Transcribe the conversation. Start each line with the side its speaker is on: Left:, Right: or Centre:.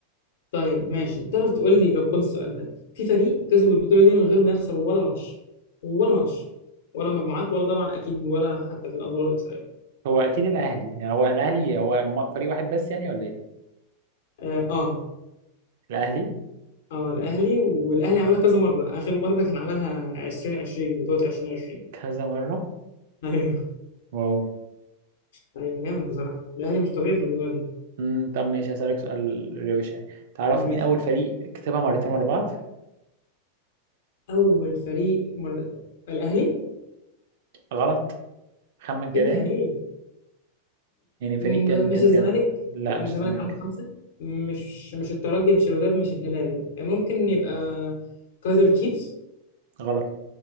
Left: طيب ماشي تعرف تقول لي طب خد السؤال ده في فريق كسب البطولة دي من غير ما يخسر ولا ماتش ولا ماتش ولا مجموعات ولا طبعا أكيد ولا حتى في الأدوار الإقصائية
Right: هو اكيد الاهلي يعني هو الاهلي هو م- فريق واحد بس يعني ولا ايه
Left: آه آه
Right: الاهلي
Left: آه، الأهلي والأهلي عملها كذا مرة آخر مرة كان عملها 2020 بطولة 2020
Right: كذا مرة
Left: أيوه أيوه
Right: واو
Left: طيب جامد بصراحة الأهلي مش طبيعي في البطولة دي
Right: مم، طب ماشي هسألك سؤال روش يعني تعرف
Left: ماشي
Right: مين اول فريق كسبها مرتين ورا بعض
Left: أول فريق مر... الأهلي
Right: غلط خمن كده
Left: إيه ده
Right: يعني
Left: ليه؟
Right: يعني فريق
Left: م-
Right: كان
Left: مش
Right: كان
Left: الزمالك
Right: كان لا
Left: لأن
Right: مش
Left: الزمالك
Right: الزمالك
Left: عنده خمسة مش مش الترجي مش الوداد مش الهلال ممكن يبقى كايزر تشيفز
Right: غلط